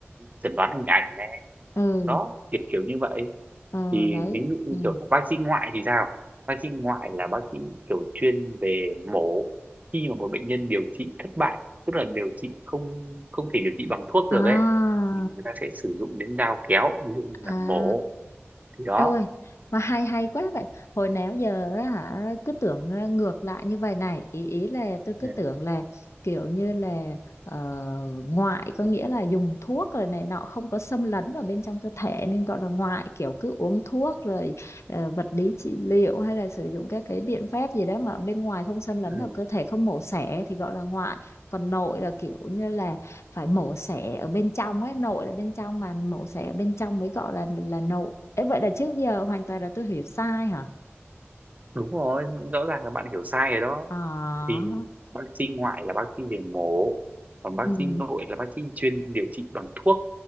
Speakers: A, on the right (about 35°); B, on the left (about 80°).
A: chẩn đoán hình ảnh này
B: ừ
A: đó kiểu kiểu như vậy
B: ờ
A: thì
B: đấy
A: ví dụ như
B: ừ
A: kiểu là bác sĩ ngoại thì sao bác sĩ ngoại là bác sĩ kiểu chuyên về mổ khi mà một bệnh nhân điều trị thất bại tức là điều trị không không thể điều trị bằng thuốc
B: à
A: được ấy thì người ta sẽ sử dụng đến dao kéo ví dụ như
B: à
A: là mổ thì đó
B: Đâu ơi, mà hay hay quá vậy. Hồi nào giờ á hả cứ tưởng ờ, ngược lại như vậy này, ý ý là tôi cứ
A: ừ.
B: tưởng là kiểu như là ờ, ngoại có nghĩa là dùng thuốc rồi này nọ không có xâm lấn vào bên trong cơ thể nên gọi là ngoại, kiểu cứ uống thuốc rồi ờ, vật lý trị liệu hay là sử dụng các cái biện pháp gì đó mà bên ngoài không xâm lấn
A: ừ,
B: vào cơ thể không mổ xẻ thì gọi là ngoại. Còn nội là kiểu như là phải mổ xẻ ở bên trong ấy, nội là bên trong mà mổ xẻ ở bên trong mới gọi là là nội Ê, vậy là trước giờ hoàn toàn là tôi hiểu sai hả?
A: đúng rồi rõ ràng là bạn hiểu sai rồi đó
B: À,
A: thì bác sĩ ngoại là bác sĩ về mổ còn bác
B: ừ.
A: sĩ nội là bác sĩ chuyên điều trị bằng thuốc